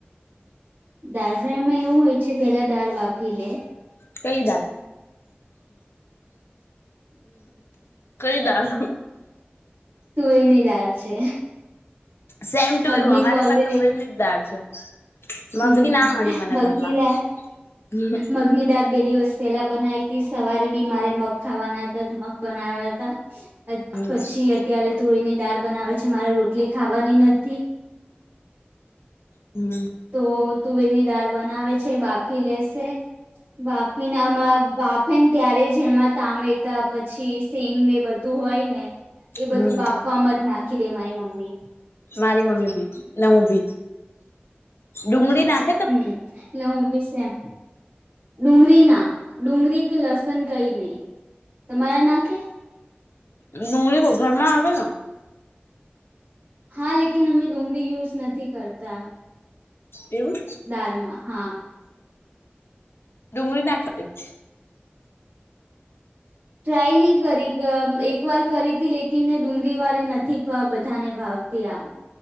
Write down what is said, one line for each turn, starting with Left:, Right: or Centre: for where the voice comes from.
Right: દાર ફ્રાયમાં એવું હોય છે પેલા દાર બાફી લે.
Left: કઈ દળ કઈ દળ.
Right: તું એની દાલ છે.
Left: સેમ ટુ
Right: મગની
Left: યુ અમારે
Right: કોલરેડી
Left: પણ તું એ જદાર છે. મગની
Right: હમ
Left: ના મળી મને
Right: મગનીદાર
Left: ઘરમાં હમ
Right: મગનીદાર બેરી વસ્ત. પેલા બનાવી હતી સવારે બી મારે મગ ખાવાના હતા મગ બના્યા હતા.
Left: હમ
Right: પછી અત્યારે તુળીની દાળ બનાવે છે મારે રોટલી ખાવાની નથી.
Left: હમ.
Right: તો તુવેરની દાળ બનાવે છે બાફી લેશે. બાફેનમાં બાફેન ત્યારે જ એમાં તમેતા પછી સેંગ ને બધા. તું હોય ને એ બધું
Left: હમ
Right: બાપવામાં જ નાખી દે મારી મમ્મી.
Left: મારી મમ્મી ભી નવું ભી ડુંગળી નાખ.
Right: હમ એટલે હું બી છેમ. ડુંગળી ના ડુંગરી કે લસણ કઈ નહી તમારા નાખે.
Left: ડુંંગળરી ઘર માં આવે ન.
Right: હા લેકન અમે ડુંગળી યુઝ નથી કરતા.
Left: એવું.
Right: દારમાં હા.
Left: ડુંગળરી નાખી દ.
Right: ટ્રાય નહી કરી એક વાર કરી હતી લેકિન ને ડુંગળી વાળી નથી બધાને ભાવ. આમ